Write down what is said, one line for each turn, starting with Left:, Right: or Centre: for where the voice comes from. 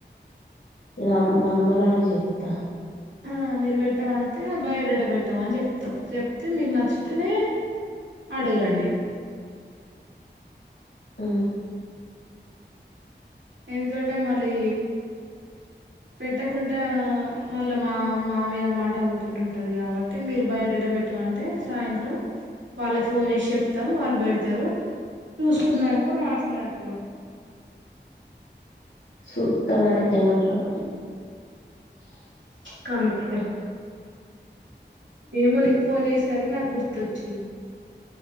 Left: ఇన మా అమ్మ ని అడిగి చెప్తా
Right: ఆ మీరు పెట్టమంటే బయోడేట పెట్టామ అని చెప్తాం చెప్తే మీకు నచ్చితేనే అడగండి
Left: ఆ
Right: ఎందుకంటే మళ్ళీ పెట్టకుండా మళ్ళా మా మా మీద మాట పోకుండా ఉంటది కాబట్టి మీరు బయోడేటా పెట్టమంటే సాయంత్రం వాళ్ళకి ఫోన్ చేసి చెప్తాం వాళ్ళు పెడతారు చూసుకున్నాక మాట్లాడుకోండి
Left: సూత్త మరి ఏమంటారో
Right: కనుక్కో ఏమో నీకు ఫోన్ చేసేసరికి నాకు గుర్తొచ్చింది